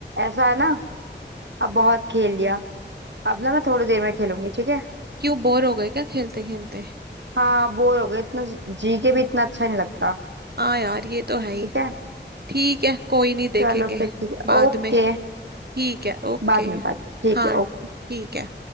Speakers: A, on the right (about 75°); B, on the right (about 60°).
A: ऐसा है ना अब बहुत खेल लिया अब ना मैं थोड़ी देर में खेलूंगी ठीक है
B: क्यों बोर हो गए क्या खेलते खेलते
A: हाँ बोर हो गए इतना जी के भी इतना अच्छा नहीं लगता
B: हाँ यार ये तो है ही
A: ठीक है
B: ठीक है कोई नहीं देखेंगे
A: चलो फिर ठीक है
B: बाद
A: ओके
B: में ठीक है ओके
A: बाद में बाद में। ठीक
B: हाँ
A: है ओके
B: ठीक है